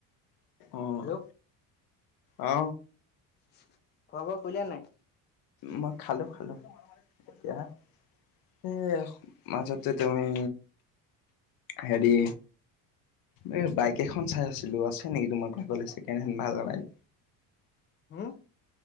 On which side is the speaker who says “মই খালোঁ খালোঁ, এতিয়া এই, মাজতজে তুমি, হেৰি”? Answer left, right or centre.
Left